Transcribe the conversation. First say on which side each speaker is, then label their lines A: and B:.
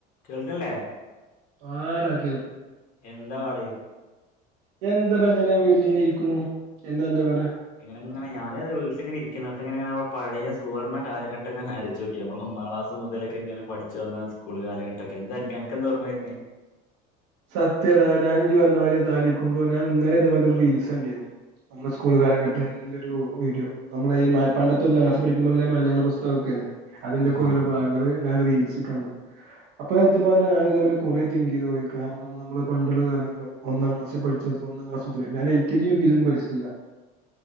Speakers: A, on the left (about 45°); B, on the right (about 75°).
A: കേൾക്കനില്ലേ
B: ആഹ
A: എന്താ പറയുക
B: ഇത് എന്തട ഇങ്ങനെ വീട്ടിലിങ്ങനെ ഇരിക്കുന്നു എന്താ എന്താ പറേറെ
A: അങ്ങനെ ഞാൻ ഇങ്ങനെ വീട്ടിൽ ഇരിക്കങ്ങന ഇരിക്കുന്നു അപ്പൊ എങ്ങനെ ആ പഴയ സുവർണ്ണ കാലഘട്ടങ്ങനെ ആലോച്ചു നോക്കി നമ്മൾ ഒന്നാം ക്ലാസ് മുതലൊക്കെ ഇങ്ങനെ പഠിച്ചു വന്ന സ്കൂൾ കാലഘട്ടൊക്കെ എന്താ എനിക്ക് എനക്ക് എന്തോഓർമ്മര്ന്നേ
B: സത്യമാട ഞാൻ ഈ വന്ന വഴി ആലോചിക്കുമ്പോൾ ഞാൻ ഇന്നലെ ഇതേമാതിരി ഒരു റീൽസ് കണ്ടിരുന്നു നമ്മുടെ സ്കൂൾ കാലഘട്ടങ്ങളിൽ - ഒരു വീഡിയോ നമ്മള് ഈ പണ്ടത്തെ ഇവിടെ ഇരിക്കുന്നു മലയാള പുസ്തകം ഒക്കെ ഇല്ലേ അതിന്റ ഒക്കെ
A: ആഹ്
B: ഓരോ ഭാഗങ്ങള് ഞാൻ അത് റീൽസിൽ കണ്ടു അപ്പൊ സത്യം പറഞ്ഞാ ഞാൻ ഇതേപോലെ കുറേ തിങ്ക് ചെയ്തു പോയി കാരണം നമ്മള് പണ്ട് ഉള്ള കാലങ്ങള് ഒന്നാം ക്ലാസിൽ പഠിച്ചിരുന്നു, ഞാൻ ലക്ജി യുകെജി ഒന്നും പഠിച്ചിട്ടില്ല